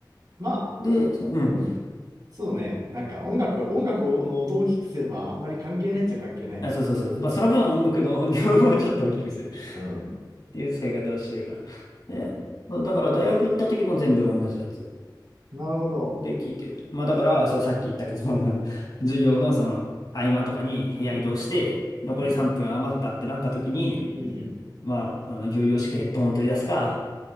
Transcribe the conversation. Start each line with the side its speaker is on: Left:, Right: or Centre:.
Right: まあ、
Left: で、そうん。
Right: うん、うんそうね。なんか音楽、音楽の音を大きくすればあんまり関係ないっちゃ関係ない。
Left: あ、そうそうそう。まあ、その分音楽の音量を <laughs> ちょっと大きくするっ
Right: うん、
Left: ていう使い方をしてるかな。で、そうだから大学行った時も全部同じやつ
Right: なるほど。
Left: で聞いてる。まあ、だから、そう、さっき言ったけど <laughs> 授業のその合間とかに部屋移動して、
Right: うん、
Left: 残り3分余ったってなった時に、
Right: うん、うん、うん、
Left: まあ、あの、仰々しくヘッドホンを取り出すか、